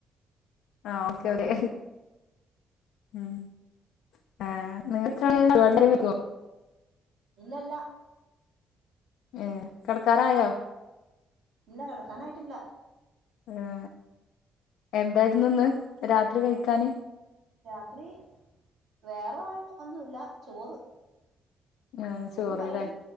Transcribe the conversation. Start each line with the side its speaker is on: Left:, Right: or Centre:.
Left: ആ ഓക്കെ ഓക്കെ ഉം ആ <unintelligible>
Right: ഇല്ലല്ല
Left: ഏ കെടക്കറായോ?
Right: ഇല്ല കെടക്കാനായിട്ടില്ല.
Left: ഏ എന്തായിരുന്നു ഇന്ന് രാത്രി കഴിക്കാന്?
Right: രാത്രി വേറെ ഒന്നുല്ല, ചോറ്.
Left: ഉം
Right: ചോറും
Left: ചോറ്ലേ
Right: കറിയും